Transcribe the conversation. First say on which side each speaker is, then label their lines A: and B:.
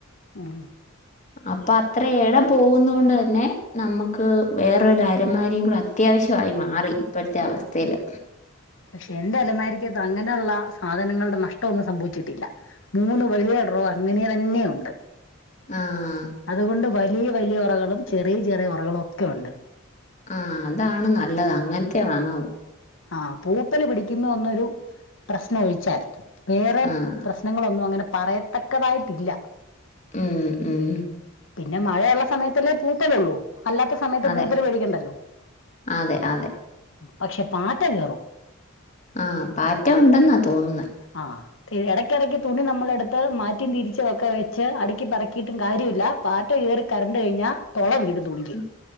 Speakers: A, on the left; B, on the left.
A: ഉം
B: അപ്പൊ അത്ര ഇട പോകുന്നതുകൊണ്ട് തന്നെ നമുക്ക് വേറൊരു അലമാരികൂടി അത്യാവശ്യമായി മാറി ഇപ്പോഴത്തെ അവസ്ഥയില്
A: പക്ഷെ എന്റെ അലമാരിക്ക്കത് അങ്ങനെയുള്ള സാധനങ്ങളുടെ നഷ്ടന്നും സംഭവിച്ചിട്ടില്ല മൂന്ന് വലിയറോ അങ്ങനെ തന്നെ ഉണ്ട്
B: ആഹ
A: അതുകൊണ്ട് വലിയ വലിയ ഒറകളും ചെറിയ ചെറിയ ഒറകളും ഒക്കെ ഉണ്ട്
B: ആഹ അതാണ് നല്ലത് അങ്ങനത്തെ വാങ്ങാവു
A: ആഹ പൂപ്പല് പിടിക്കുന്നു ഒന്നൊരു പ്രശ്നം ഒഴിച്ചാൽ വേറെ
B: ആഹ്
A: പ്രശന നിങ്ങളൊനു അങ്ങനെ പറയത്തക്കതായിട്ടില്ല
B: ഉം ഉം
A: പിന്നെ മഴയുള്ള സമയത്തല്ലേ പുപല് ഉള്ളൂ അല്ലാത്ത സമയത്ത്
B: അതെ
A: പൂപ്പൽ പേടിക്കണ്ടല്ലോ
B: അതെ അതെ
A: പക്ഷെ പാറ്റ കേറും
B: ആ പാറ്റ ഉണ്ടെന്നാ തോന്നുന്നേ
A: ആഹ ഇടയ്ക്കിടയ്ക്ക് തുണി നമ്മളെടുത്ത് മാറ്റിയും തിരിച്ചൊക്കെ വെച്ച് അടുക്കി പറക്കിയിട്ടും കാര്യമില്ല പാറ്റ കയറി കറണ്ട് കഴിഞ്ഞാൽ തൊള വീഴും തുണി
B: ഉ